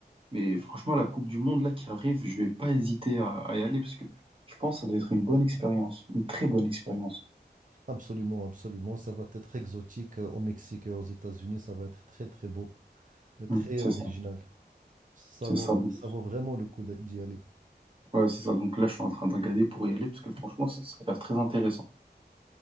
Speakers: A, on the right; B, on the right.
A: Mais franchement, la Coupe du Monde là qui arrive, je vais pas hésiter à, à y aller parce que je pense que ça doit être une bonne expérience, une très bonne expérience.
B: Absolument, absolument. Ça va être exotique euh, au Mexique et aux États-Unis. Ça va être très, très beau, euh, très
A: Hmm, c'est
B: original.
A: ça,
B: Ça
A: c'est
B: vaut,
A: ça. Donc,
B: ça vaut vraiment le coup d'y aller.
A: ouais, c'est ça. Donc là, je suis en train de regarder pour y aller parce que franchement, ça, ça a l'air très intéressant.